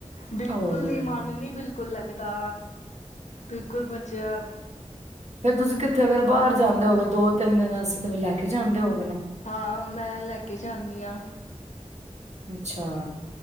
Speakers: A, on the left; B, on the right.
A: ਬਿਲਕੁਲ
B: ਔਰ
A: ਨੀ ਮਨ ਨੀ ਬਿਲਕੁਲ ਲੱਗਦਾ। ਬਿਲਕੁਲ ਬੱਚਿਆ
B: ਫੇਰ ਤੁਸੀਂ ਕਿੱਥੇ ਅਗਰ ਬਾਹਰ ਜਾਂਦੇ ਹੋਗੇ ਤੋਂ ਤਿੰਨ ਦਿਨਾਂ ਸੀ ਤੇ ਫਿਰ ਲੈ ਕੇ ਜਾਂਦੇ ਹੋ?
A: ਹਾਂ ਮੈਂ ਲੈ ਕੇ ਜਾਂਨੀ ਹਾਂ
B: ਅੱਛਾ